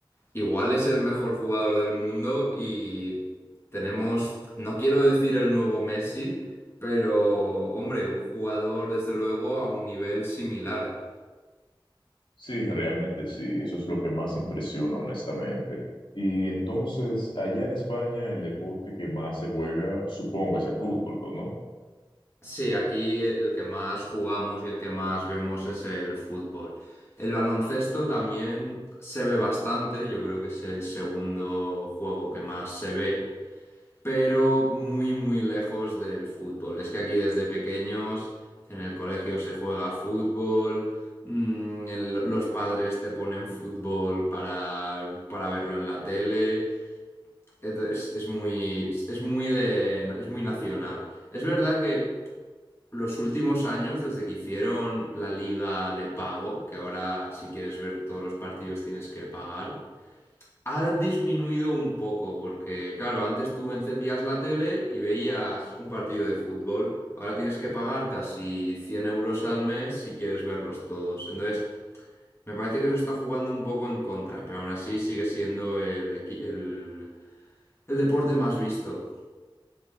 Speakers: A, on the left; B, on the left.
A: Igual es el mejor jugador del mundo y tenemos, no quiero decir el nuevo Messi, pero hombre, un jugador desde luego a un nivel similar.
B: Sí, realmente sí, eso es lo que más impresiona, honestamente. Y entonces, allá en España, el deporte que más se juega, supongo que es el fútbol, ¿no?
A: Sí, aquí el que más jugamos y el que más vemos es el fútbol. El baloncesto también se ve bastante, yo creo que es el segundo juego que más se ve. pero muy, muy lejos del fútbol. Es que aquí desde pequeños en el colegio se juega fútbol, mm, el- los padres te ponen fútbol para, para verlo en la tele. Es, es muy, es muy de, es muy nacional. Es verdad que los últimos años, desde que hicieron la liga de pago, que ahora si quieres ver todos los partidos tienes que pagar, ha disminuido un poco, porque claro, antes tú encendías la tele y veías un partido de fútbol. Ahora tienes que pagar casi 100 euros al mes si quieres verlos todos. Entonces, me parece que eso está jugando un poco en contra, pero aún así sigue siendo el, equi- el, el deporte más visto.